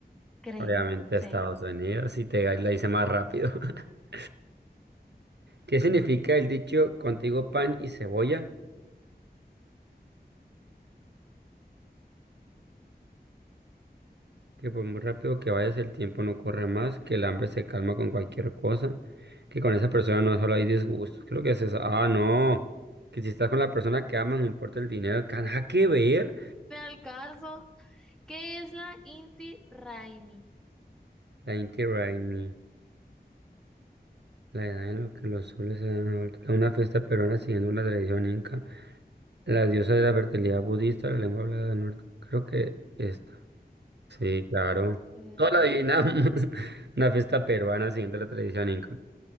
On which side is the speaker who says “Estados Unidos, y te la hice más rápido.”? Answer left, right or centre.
Right